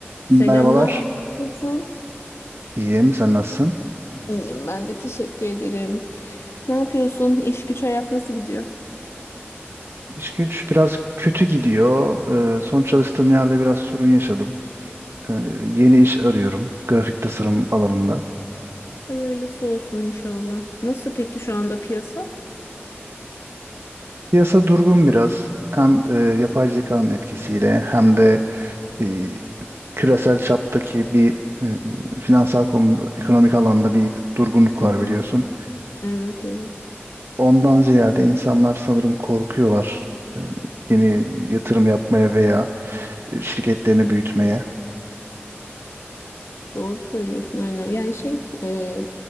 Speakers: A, on the left; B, on the right.
A: Selam,
B: Merhabalar.
A: naber? Nasılsın?
B: İyiyim. Sen nasılsın?
A: İyiyim ben de teşekkür ederim. Ne yapıyorsun? İş güç hayat nasıl gidiyor?
B: İş güç biraz kötü gidiyor. Ee, son çalıştığım yerde biraz sorun yaşadım. Ee, yeni iş arıyorum. Grafik tasarım alanında.
A: Hayırlısı olsun inşallah. Nasıl peki şu anda piyasa?
B: Piyasa durgun biraz. Hem e, yapay zekanın etkisiyle hem de e, küresel çaptaki bir e, finansal konu, ekonomik alanda bir durgunluk
A: Hı
B: var
A: hı.
B: biliyorsun.
A: Evet evet.
B: Ondan ziyade insanlar sanırım korkuyorlar. e, yeni yatırım yapmaya veya şirketlerini büyütmeye.
A: Doğru söylüyorsun aynen. Yani şey e,